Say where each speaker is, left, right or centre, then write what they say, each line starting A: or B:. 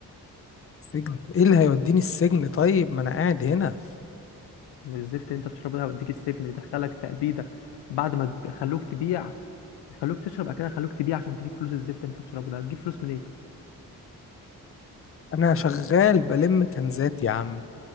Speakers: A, on the left; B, on the left.
A: سجن ايه اللي هيوديني السجن طيب ما انا قاعد هنا
B: من الزفت اللي انت بتشربه ده ويديك السجن ويدخلك تأبيده بعد ما تب- خلوك تبيع خلوك تشرب بعد كده خلوك تبيع عشان تجيب فلوس الزفت اللي انت بتشربه ده هتجيب فلوس منين
A: انا شغال بلم كنزات يا عم